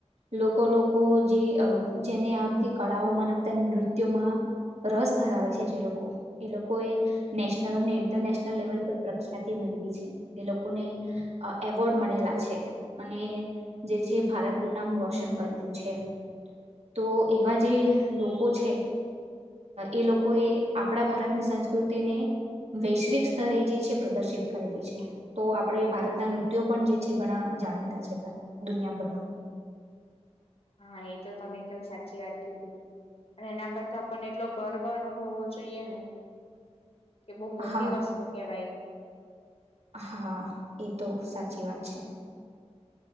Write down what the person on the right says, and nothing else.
લોકો લોકો જે જેને આ બધી કળાઓમાં અને બધા નૃત્યોમાં રસ ધરાવે છે જે લોકો એ લોકો એ નેશનલ અને ઇન્ટરનેશનલ લેવલ પ્રખ્યાતિ મેળવી છે એ લોકોને એવોર્ડ મળેલા છે અને જે છે ભારતનું નામ રોશન કરેલું છે તો એવા જે લોકો છે એ લોકો એ આપણા ભારતની સંસ્કૃતિને વૈશ્વિક સ્તરે જે છે પ્રદર્શિત કરેલી છે તો આપડે ભારતના નૃત્યો પણ જે છે ઘણા જાણીતા છે દુનિયાભરમાં
હા
હા એ તો સાચી વાત છે.